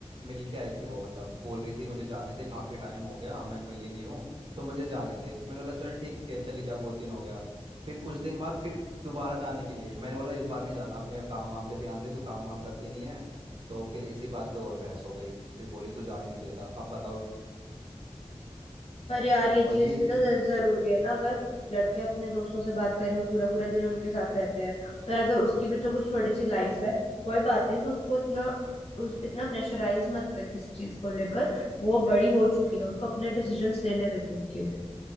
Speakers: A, on the right; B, on the left.
A: मिल के आई थी वो मतलब बोल रही थी मुझे जाने दे काफ़ी टाइम हो गया मैं मिली नहीं हूँ तो मुझे जाने दे मैंने बोला चल ठीक है चली जा बहुत दिन हो गया फिर कुछ दिन बाद फिर दोबारा जाने के लिए मैंने बोला इस बार नहीं जाना अपने काम वाम पे ध्यान दे तू काम वाम करती नहीं है तो फिर इसी बात पे और बहस हो गई फिर बोली तू जाने नहीं देता अब बताओ
B: पर यार ये
A: और
B: चीज
A: यही
B: भी
A: चीज
B: तो ज- जरूरी है ना अगर लड़के अपने दोस्तों से बात करें वो पूरा पूरा दिन उनके साथ रहते हैं पर अगर उसकी भी तो कुछ छोटी सी लाइफ है कोई बात नहीं तो उसको इतना उस इतना प्रेशराइज मत कर किसी चीज को लेकर वो बड़ी हो चुकी है उसको अपने डिसीजंस लेने दे खुद के